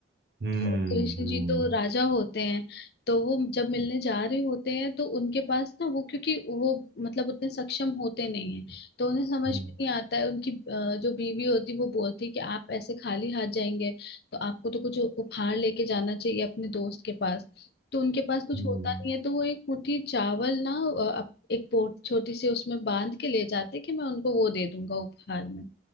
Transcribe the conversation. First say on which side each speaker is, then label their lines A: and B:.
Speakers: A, on the right; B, on the left.
A: हम्म
B: तो कृष्ण जी तो राजा होते हैं तो वो जब मिलने जा रहे होते हैं तो उनके पास ना वो क्योंकि वो मतलब उतने सक्षम होते नहीं हैं तो उन्हें समझ
A: हम्म,
B: में नहीं आता है उनकी अ, जो बीवी होती है वो बोलती है कि आप ऐसे खाली हाथ जाएंगे तो आपको तो कुछ उपहार लेके जाना चाहिए अपने दोस्त के पास तो उनके पास कुछ
A: हम्म,
B: होता नहीं है तो वो एक मुट्ठी चावल ना अ, अप- एक पोट छोटी सी उसमें बांध के ले जाते कि मैं उनको वो दे दूंगा उपहार में